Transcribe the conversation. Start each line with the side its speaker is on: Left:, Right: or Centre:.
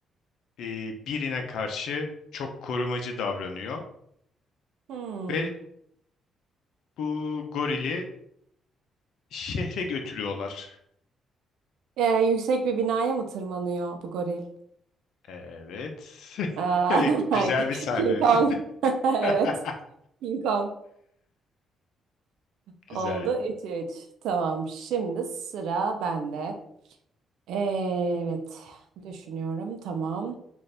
Left: e, birine karşı çok korumacı davranıyor
Right: Hmm.
Left: ve bu gorili şehre götürüyorlar.
Right: Ee, yüksek bir binaya mı tırmanıyor bu goril?
Left: Evet.
Right: Aa,
Left: <laughs>
Right: <laughs>
Left: Güzel bir sahne.
Right: King Kong. <laughs> Evet.
Left: <laughs>
Right: King Kong
Left: Güzel.
Right: oldu. 3-3. Tamam. Şimdi sıra bende. Evet. Düşünüyorum. Tamam.